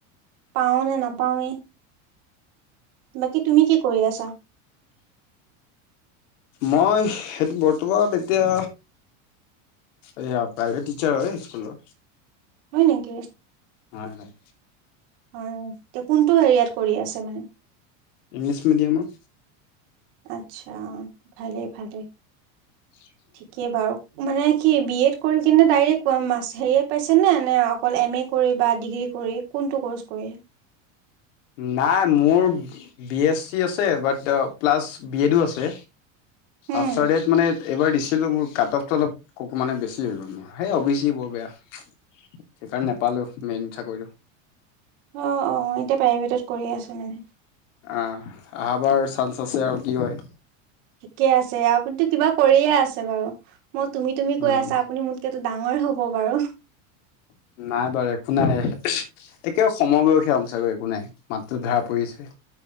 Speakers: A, on the right (about 55°); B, on the left (about 70°).
A: পাও নে নাপাওৱেই। বাকি তুমি কি কৰি আছা?
B: মই সেইটো বৰ্তমান এতিয়া। এইয়া প্ৰাইভেট টিচাৰ হয় স্কুলৰ।
A: হয় নেকি?
B: হয় হয়।
A: হয়। এ', কোনটো এৰিয়াত কৰি আছে মানে?
B: ইংলিছ মিডিয়ামত।
A: আচ্ছা। ভালে ভালে।
B: <unintelligible>
A: কে বাৰু। মানে সি বি এড কৰি কিনে ডাইৰেক্ট অ', মাচ হেৰিয়োত পাইছে নে, নে অক- কল এম এ কৰি বা ডিগ্ৰী কৰি, কোনটো কোৰ্চ কৰি?
B: নাই মোৰ, বি এছ চি আছে বাট প্লাচ বি এডও আছে।
A: উম
B: অফটাৰ ডেত মানে এইবাৰ দিছিলোঁ মোৰ কাট‌-অফটো অলপ ক' মানে বেছি হৈ গ'ল মোৰ। সেই অ বি ছি বৰ বেয়া। সেইকাৰণে নেপালোঁ মেইন চাকৰিটো।
A: অহ, অহ। এতিয়া প্ৰাইভেটত কৰি আছে মানে।
B: আহ', অহা বাৰ চান্স আছে আৰু কি হয়।
A: ঠিকে আছে। আপুনিতো কিবা কৰিয়ে আছে বাৰু। মই তুমি তুমি
B: উম
A: কৈ আছা, আপুনি মোক এতিয়াতো ডাঙৰে হ'ব বাৰু।
B: নাই বাৰু, একো নাই। একে সময়বয়সীয়া হম চাগে, একো নাই। মাতটো ধৰা পৰিছে।